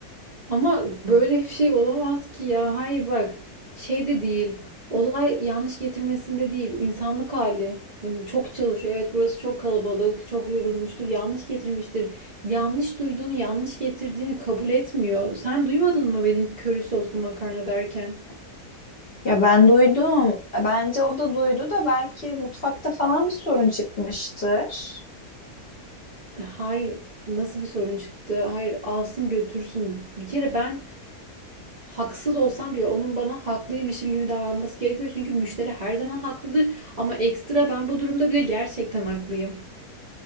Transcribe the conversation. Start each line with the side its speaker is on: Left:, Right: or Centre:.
Right: Ama böyle bir şey olamaz ki ya. Hayır bak şey de değil. Olay yanlış getirmesinde değil. insanlık hali. Hani çok çalışıyor. Evet burası çok kalabalık, çok yorulmuştur. Yanlış getirmiştir. Yanlış duyduğunu, yanlış getirdiğini kabul etmiyor. Sen duymadın mı benim köri soslu makarna derken?
Left: Ya ben duydum. Bence o da duydu da belki mutfakta falan bir sorun çıkmıştır.
Right: Hayır, nasıl bir sorun çıktı? Hayır, alsın götürsün. Bir kere ben haksız olsam bile onun bana haklıymışım gibi davranması gerekiyor. Çünkü müşteri her zaman haklıdır ama ekstra ben bu durumda bile gerçekten haklıyım.